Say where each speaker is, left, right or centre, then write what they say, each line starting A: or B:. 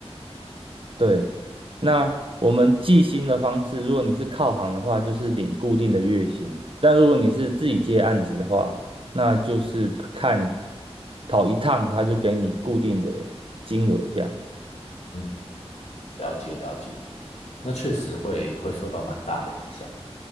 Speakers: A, on the right; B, on the left.
A: 对，那我们计薪的方式，如果你是靠行的话，就是领固定的月薪；但如果你是自己接案子的话，那就是看跑一趟，他就给你固定的金额这样。
B: 嗯，了解了解，那确实会会受到蛮大的影响。的。